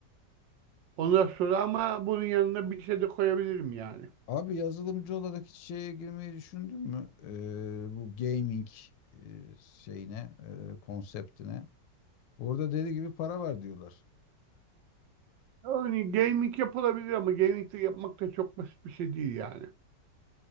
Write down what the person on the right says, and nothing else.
ondan sonra ama bunun yanına bir şey de koyabilirim yani.
Yani gaming yapılabilir ama gaming de yapmak da çok basit bir şey değil yani.